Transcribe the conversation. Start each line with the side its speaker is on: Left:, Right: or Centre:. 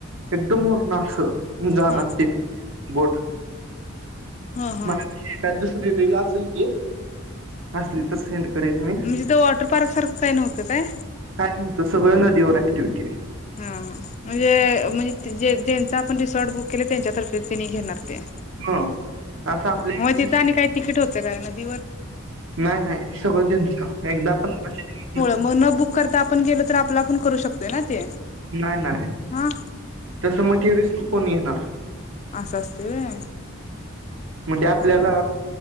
Right: एकदम वरन असं जाणार
Left: हा
Right: ते बोट
Left: हा हा
Right: म त्यातं दुसरी रिल असेल की असली तर सेंड करेन मी
Left: म्हणजे तीत वॉटर पार्क सारखं काय नव्हतं काय?
Right: काय नव्हतं सगळं नदीवर ऍक्टिव्हटी होती.
Left: हा म्हणजे म्हणजे जे-ज्यांचा आपण रिसॉर्ट बुक केलं त्यांच्यातर्फेच त्यांनी घेणार ते.
Right: हं असं आपल्या
Left: म
Right: इकडे
Left: तिथं आणि काय तिकीट होतं काय नदीवर?
Right: नाही नाही सगळं तेनचं एकदा आपण <unintelligible>
Left: म न बुक करता आपण गेलो तर आपलं आपण करू शकतोय ना ते.
Right: नाय नाय.
Left: हा!
Right: तसं मग ते रिस्क कोण येणार.
Left: असं असतंय व्हय
Right: म ते आपल्याला
Left: हा